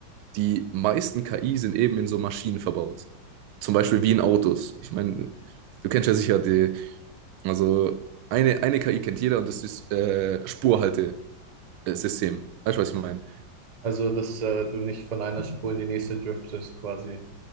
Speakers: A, on the right; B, on the right.
A: die meisten KI sind eben in so Maschinen verbaut. Zum
B: Mhm.
A: Beispiel wie in Autos. Ich meine, du kennst ja sicher die, Also eine, eine KI kennt jeder und das ist äh, Spurhaltesystem. Weißt du, was ich meine?
B: Also, dass äh, du nicht von einer Spur in die nächste driftest, quasi